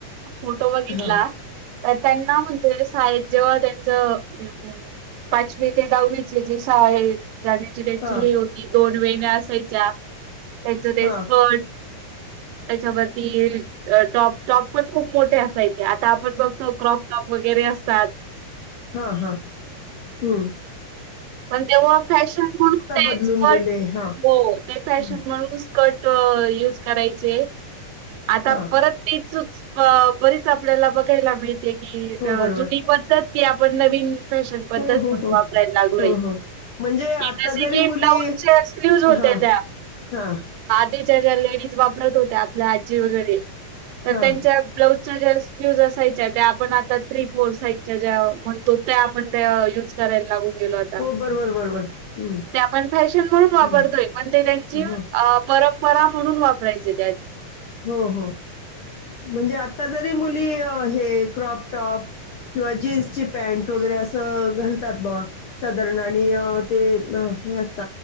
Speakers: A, on the right; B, on the left.
A: फोटो बघितला
B: हां,
A: तर त्यांना म्हणजे शाळेत जेव्हा त्यांचं हम्म पाचवी ते दहावीची जी शाळेत जाण्याची त्यांची
B: हां,
A: हे होती दोन वेण्या असायच्या त्यांच ते
B: हां,
A: स्कट त्याच्यावरती टॉप टॉप पण खूप मोठे असायचे आता आपण बघतो क्रॉप टॉप वगैरे अस सात
B: हा हा हम्म
A: पण तेव्हा फॅशन म्हणून ते
B: बदलून
A: स्कट
B: गेले हां,
A: हो ते फॅशन
B: हं,
A: म्हणून स्कट युज करायचे. आता
B: हां,
A: परत तेच बरीच आपल्याला बघायला मिळ ते की
B: हो बरोबर.
A: जुनी पद्धत ते आपण नवीन फ्‌‌शन पद्धत
B: हो, हो,
A: म्हण
B: हो,
A: वापरायला लागलोय.
B: हो, म्हणजे आता
A: की जसे
B: जरी
A: की
B: मुली
A: ब्लाऊजच्या स्लीव्हज होत्या
B: हा
A: त्या
B: हा
A: लेडीज वापरत होत त्या आपल्या आजी वगैरे तर
B: हां,
A: त्यांच्या ब्लाउज ज्या स्लिव्हज् असायच्या त्या आपण आता थ्री फोर साईजच्या ज्या म्हणतो त्या आपण त्या युज करायला लागू. गेलो आता
B: हो बरोबर, बरोबर. हं,
A: ते आपण फॅशन म्हणून वापरतोय
B: हं,
A: पण ते त्यांची
B: हो,
A: परंप, बरा म्हणून वापरायचे
B: हो हो म्हणजे आ आता जरी मुली हे क्रॉप टॉप किंवा जीन्सची पॅन्ट वगैरे असं घालतात म साधारण आणि ते हे असत